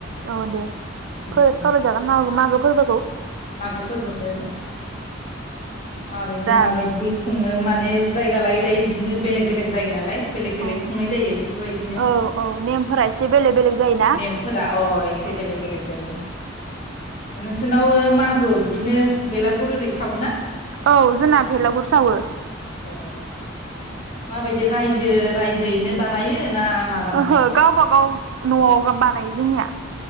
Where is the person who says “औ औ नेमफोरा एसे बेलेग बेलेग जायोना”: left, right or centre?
Right